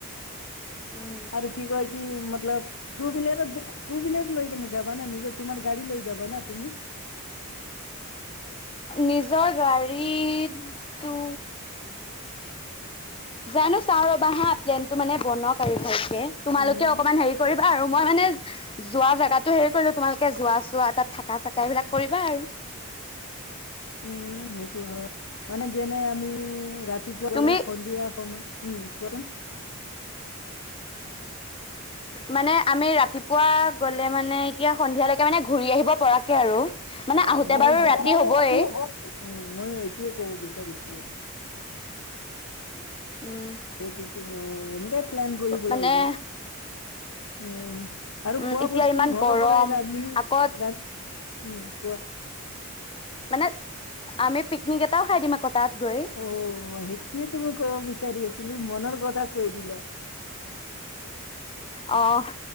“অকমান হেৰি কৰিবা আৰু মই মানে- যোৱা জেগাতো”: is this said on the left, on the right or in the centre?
Left